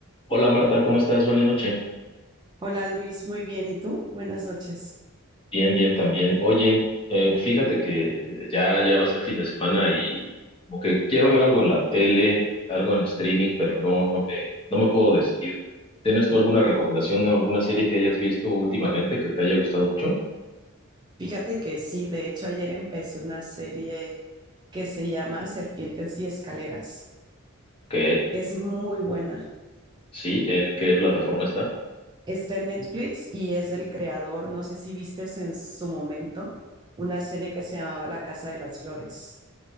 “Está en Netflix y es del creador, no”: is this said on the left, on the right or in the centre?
Right